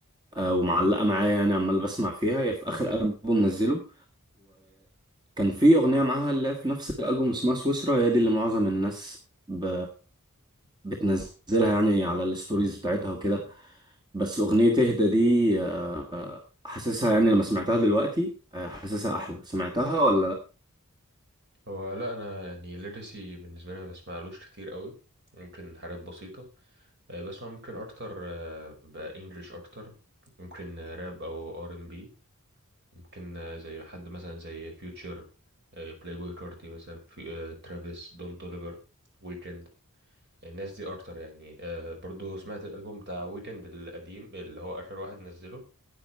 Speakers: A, on the right (about 20°); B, on the right (about 50°).
A: أه ومعلقه معايا يعني عمال بسمع فيها هي في اخر البوم نزله كان في أغنية معاها اللي هي في نفس الألبوم اسمها سويسرا هي دي اللي معظم الناس ب... بتنزلها يعني على الستوريز بتاعتها وكده بس أغنية اهدى دي آه، آه، حاسسها يعني لما سمعتها دلوقتي آه، حاسسها أحلى سمعتها ولا لأ؟
B: هو لا انا يعني ليرسي بالنسبه لي ما بسمعلوش كتير قوي ممكن حاجات بسيطه آه، بسمع ممكن اكتر آه، بقى انجلش اكتر ممكن آه، راب او ار ام بي ممكن آه، زي حد مثلا زي فيوتشر بلاي بوي كارتي مثلا في ترافيس دون توليفر ويكند الناس دي اكتر يعني آه برضو سمعت الالبوم بتاع ويكند القديم اللي هو اخر واحد نزله